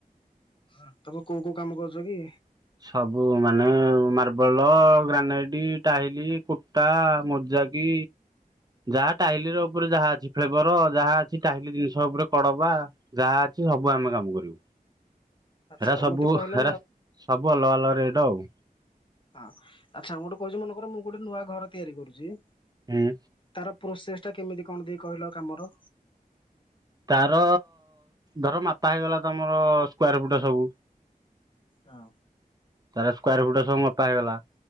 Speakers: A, on the left; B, on the right.
A: ହ ତମେ କୋଉ କୋଉ କାମ କରୁଛ କି?
B: ସବୁ ମାନେ ମାର୍ବଲ ଗ୍ରାନାଇଟ ଟାଇଲି କୁଟା ମ ଯା କିି ଯାହା ଟାଇଲି ର ଉପରେ ଯାହା ଅଛି ଫ୍ଲେବର ଯାହା ଅଛି ଟାଇଲି ଜିନିଷ ଉପରେ କଡବା ଯାହା ଅଛି। ସବୁ ଆମେ କାମ କରିବୁ?
A: ଆଚ୍ଛା
B: ଏରା ସବୁ
A: ମତେ କହିଲ
B: ହେରା ସବୁ ଅଲଗା ଅଲଗା ରେଟ ଆଉ।
A: ହଁ ଆଚ୍ଛା ମୁ ଗୋଟେ କହୁଛି ମନେକର ମୁଁ ଗୋଟେ ନୂଆ ଘର ତିଆରି କରୁଛି।
B: ହୁଁ
A: ତାର ପ୍ରୋସେସ ଟା କେମିତି କଣ ଦେଇ କହିଲ କାମର?
B: ତାର ଧର ମାପା ହେଇଗଲା ତମର ସ୍କାୟାର ଫୁଟ ସବୁ
A: ହଁ।
B: ତାର ସ୍କାୟାର ଫିଟ ସବୁ ମପା ହେଇଗଲା,